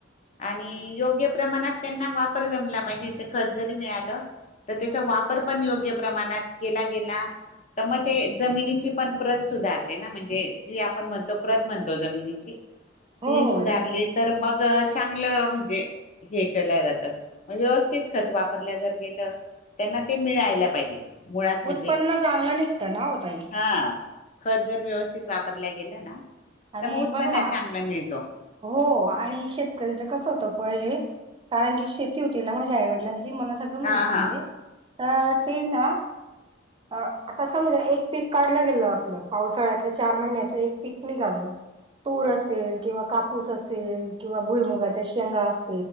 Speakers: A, on the right (about 25°); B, on the left (about 40°).
A: हम्म
B: आणि योग्य प्रमाणात त्यांना वापर जमला पाहिजे इथ खत जरी मिळालं तर त्याचा
A: हम्म हम्म
B: वापर पण योग्य प्रमाणात केला गेला तर मग
A: हम्म.
B: ते जमिनीची पण प्रत सुधारते ना म्हणजे. जी आपण म्हणतो
A: हो
B: प्रत म्हणतो जमिनीची
A: हो
B: ती सुधारली
A: हो हो
B: तर मग, चांगलं म्हणजे हे केल्या जात व्यवस्थित खत वापरल्या जर गेलं. त्यांना ते मिळायला पाहिजे मुळात म्हणजे
A: उत्पन्न चांगलं निघतं ना हो ताई
B: हा खत जर व्यवस्थित वापरल्या गेला ना,
A: आणि बघा
B: पण चांगला मिळतो.
A: हो आणि शेतकरीच कसं होत पहिले. कारण की शेती होती ना माझ्या आईवडिलांची मला सगळं माहिती
B: हा हा
A: आहे. अ ते ना आता समजा एक पीक काढलं गेलं आपलं पावसाळ्यात चार महिन्याचा एक पिक निघालं तूर असेल किंवा ऊस असेल किंवा भुई मुगाच्या शेंगा अस